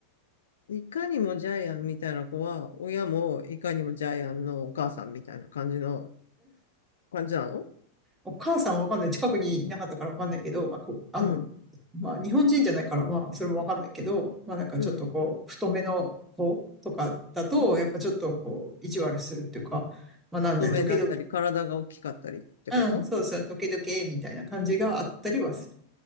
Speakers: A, on the left; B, in the centre.
A: いかにもジャイアンみたいな子は、親もいかにもジャイアンのお母さんみたいな感じの、感じなの
B: お母さんはわかんない。近くにいなかったからわかんないけど、まあ、こう、あの、
A: うん、
B: まあ、日本人じゃないから、まあ、それもわかんないけど、まあ、なんかちょっとこう、
A: うん。
B: 太めの子とかだと、
A: あ、
B: やっぱちょっとこう、意地悪するっていうか、まあ、なんだ、
A: 太めだったり、
B: ドキドキ、
A: 体が大きかったりってこと
B: うん、そうそう、ドキドキ、みたいな感じがあったりはする。